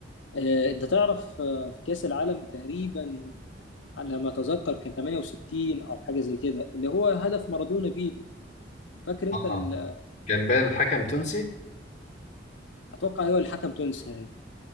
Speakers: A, on the left; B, on the left.
A: آه، انت تعرف آه، في كاس العالم تقريبا على ما اتذكر كان 68 او حاجه زي كده اللي هو هدف مارادونا بيدو فاكر انت
B: اه
A: ال-
B: كان باين الحكم تونسي
A: اتوقع هو الحكم تونسي يعني